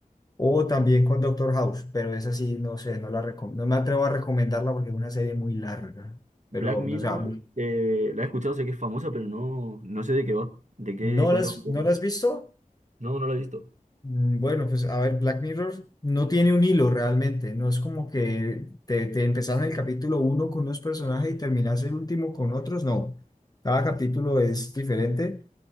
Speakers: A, on the left (about 25°); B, on the right (about 55°).
A: o también con Doctor House, pero esa sí, no sé, no la recom- no me atrevo a recomendarla porque es una serie muy larga, pero
B: Black Mirror,
A: no sé, a mí-
B: eh, la he escuchado, sé que es famosa, pero no, no sé de qué va. ¿De qué?
A: ¿no
B: Cuéntame
A: las,
B: un poco.
A: no las has visto?
B: No, no la he visto.
A: Mm, Bueno, pues a ver, Black Mirror no tiene un hilo realmente, no es como que te, te empezás en el capítulo uno con unos personajes y terminás el último con otros, no, cada capítulo es diferente.